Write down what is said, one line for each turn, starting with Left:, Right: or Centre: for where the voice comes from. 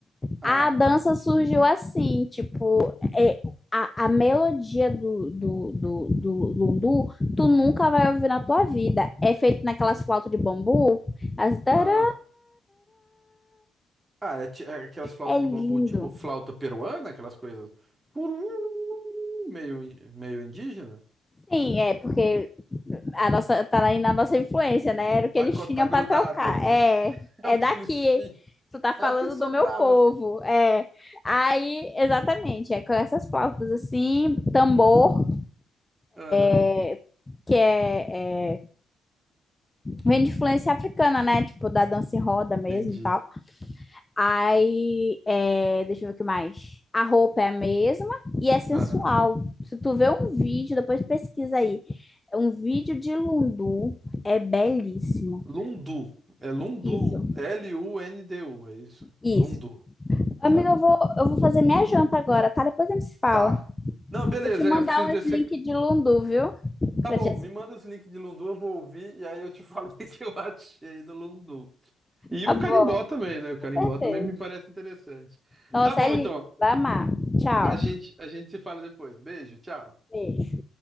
Right: Ah,
Left: A dança
Right: tá.
Left: surgiu assim, tipo, é, a, a melodia do, do, do, do lundu, tu nunca vai ouvir na tua vida. É feito naquelas flautas de bambu, as tará,
Right: Ah, ah é, ti- é aquelas flautas
Left: é lindo.
Right: de bambu, tipo flauta peruana, aquelas coisas. Puru, Meio, in- meio indígena.
Left: Sim, é porque a nossa tá aí na nossa influência, né? Era o que
Right: Tá,
Left: eles
Right: co-
Left: tinham
Right: tá grudado
Left: para trocar.
Right: aí também.
Left: É,
Right: <laughs> É
Left: é
Right: o que
Left: daqui.
Right: eles tinham.
Left: Tu tá falando
Right: É o que sobrava.
Left: do meu povo. É. Aí, exatamente, é com essas flautas assim, tambor,
Right: Aham,
Left: é, que é, é, vem de influência africana, né? Tipo, da dança em roda mesmo
Right: entendi.
Left: e tal. Aí, é, deixa eu ver o que mais. A roupa é a mesma e é sensual.
Right: Aham.
Left: Se tu vê um vídeo, depois pesquisa aí. Um vídeo de Lundu é belíssimo.
Right: Lundu. É Lundu.
Left: Isso,
Right: L-U-N-D-U, é isso.
Left: isso.
Right: Lundu.
Left: Amiga,
Right: Tá.
Left: eu vou, eu vou fazer minha janta agora, tá? Depois a gente se fala.
Right: Tá. Não, beleza,
Left: Vou te mandar
Right: é, eu preciso
Left: uns
Right: descer.
Left: links de Lundu, viu?
Right: Tá
Left: Pra
Right: bom,
Left: te assistir.
Right: me manda os links de Lundu, eu vou ouvir e aí eu te falo <laughs> o que que eu achei do Lundu. E
Left: Tá
Right: o
Left: bom,
Right: carimbó também, né? O carimbó
Left: com certeza.
Right: também me parece interessante.
Left: Nossa,
Right: Tá bom,
Left: é lindo.
Right: então.
Left: Vai amar. Tchau.
Right: A gente, a gente se fala depois. Beijo, tchau.
Left: Beijo.